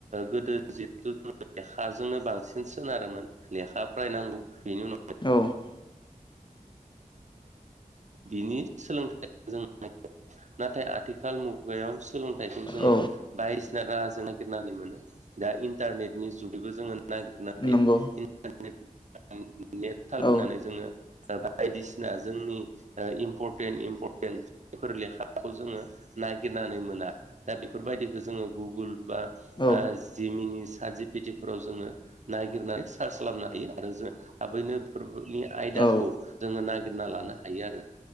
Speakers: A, on the right; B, on the left.
A: गोदो जिहेथु जों लेखाजोंनो बांसिन सोनारोमोन लेखा फरायनांगौ बेनि उनाव
B: औ
A: बिनि सोलोंथाइया जों नाथाय आथिखाल मुगायाव सोलोंथाइखौ जोङो
B: औ
A: बायदिसिना राहाजों नागिरनानै मोनो दा इन्टारनेटनि जुगैबो जोङो नागिरनो हायो
B: नंगौ
A: इन्टारनेट नेट सालायनानै
B: औ
A: जोङो बायदिसिना जोंनि इम्परटेन्ट इम्परटेन्ट जायफोर लेखाखौ जोङो नागिरनानै मोना दा बेफोरबायदिखौ जोङो गुगोल बा
B: औ
A: जिमिनि स जि पेथिफोराव जोङो नागिरनानै सार्च खालामनो हायो आरो जों थाबैनोफोर नि आयदाखौ
B: औ
A: जोङो नागिर नागिरना लानो हायो आरो